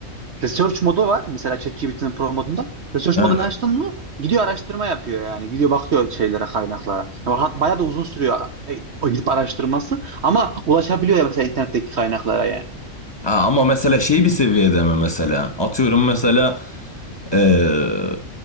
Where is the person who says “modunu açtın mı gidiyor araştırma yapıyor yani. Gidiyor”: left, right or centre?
Right